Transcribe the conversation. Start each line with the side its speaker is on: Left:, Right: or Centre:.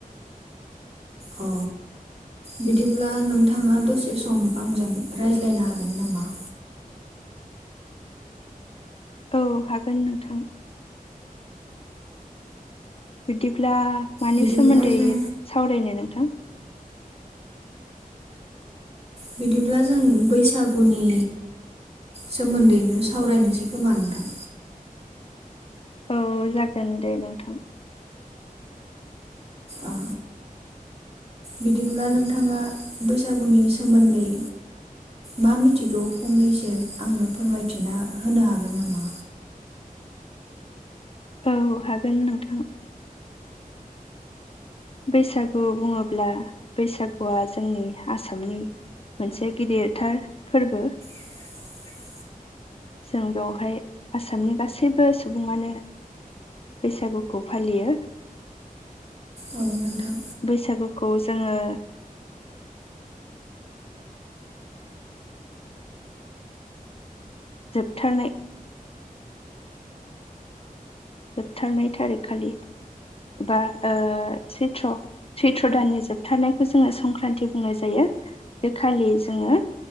Right: अ बिदिब्ला नोंथाङा दसे सम आंजों रायज्लायनो हागोन नामा?
Left: औ हागोन नोंथां। बिदिब्ला मानि
Right: बिदिब्ला
Left: सोमोन्दै
Right: जों
Left: सावरायनो नोंथां?
Right: बिदिब्ला जों बैसागुनि सोमोन्दैनो सावरायनोसै खोमा नोंथां।
Left: औ जागोन दे नोंथां।
Right: ओ बिदिब्ला नोंथाङा बैसागुनि सोमोन्दै मा मिथिगौ फंनैसो आंनो फोरमायथिना होनो हागोन नामा?
Left: औ हागोन नोंथां। बैसागु बुङोब्ला बैसागुआ जोंनि आसामनि मोनसे गिदिरथार फोरबो।
Right: <inaudible>
Left: जों बेवहाय आसामनि गासैबो सुबुङानो बैसागुखौ फालियो।
Right: औ नोंथां।
Left: बैसागुखौ जोङो जोबथारनाय जोबथारनाय थारिखखालि बा ओ सैथ्र' सैथ्र' दाननि जोबथारनायखौ जोङो संक्रान्ति बुंनाय जायो बे खालि जोङो